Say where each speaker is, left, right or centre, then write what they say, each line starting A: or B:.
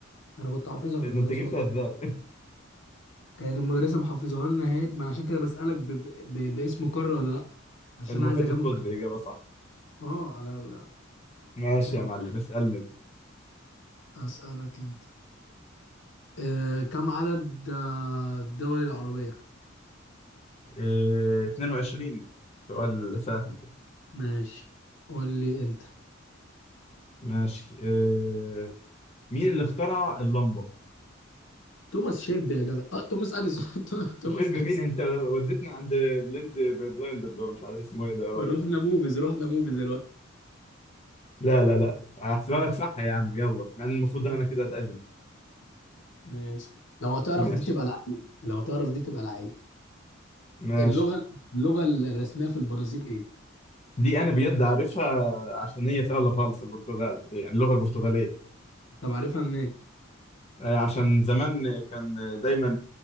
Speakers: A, on the left; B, on the left.
A: أنا كنت حافظها في
B: إيه
A: الدراسات
B: ده انت جبتها ازاي؟
A: كانت المدرسة محافظاها لنا هادي ما أنا عشان كده بسألك ب... ب... ب... باسم قارة ولا لأ عشان
B: المحيط
A: عايز أجمع
B: القطبي اجابه صح
A: أه على لا
B: ماشي
A: ماشي
B: يا معلم اسالني
A: أسألك أنت آه كم عدد آه، الدول العربية
B: إيه 22 سؤال سهل ده
A: ماشي قول لي أنت
B: ماشي إيه مين اللي اخترع اللمبه؟
A: توماس شيلبي يا جدع أه توماس أديسون <laughs> توماس
B: شرب
A: أديسون
B: مين انت وديتنا عند بلند بلايندر دول مش عارف اسمه ايه ده يا راجل
A: رحنا موفيز رحنا موفيز
B: لا لا لا هحسبها لك صح يا عم يلا مع ان المفروض انا
A: دلوقتي
B: كده اتعزم
A: ماشي لو هتعرف
B: ماشي
A: دي تبقى لعيب لو هتعرف دي تبقى لعيب
B: ماشي
A: اللغة اللغة الرسمية في البرازيل ايه؟
B: دي انا بجد عارفها عشان هي سهله خالص البرتغال يعني اللغه البرتغاليه
A: طب عارفها منين؟
B: آه، عشان زمان كان دايما